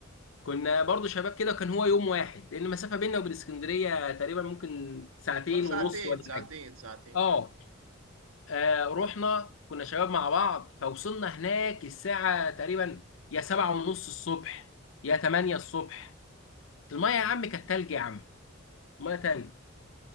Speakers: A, on the left; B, on the right.
A: كنا برضو شباب كده كان هو يوم واحد لان المسافه بيننا وبين اسكندريه تقريبا ممكن ساعتين
B: اه ساعتين
A: ونص ولا
B: ساعتين
A: حاجه
B: ساعتين
A: اه آه، رحنا كنا شباب مع بعض فوصلنا هناك الساعه تقريبا يا سبعة ونص الصبح يا تمانية الصبح الميه يا عم كانت تلج يا عم الميه تلج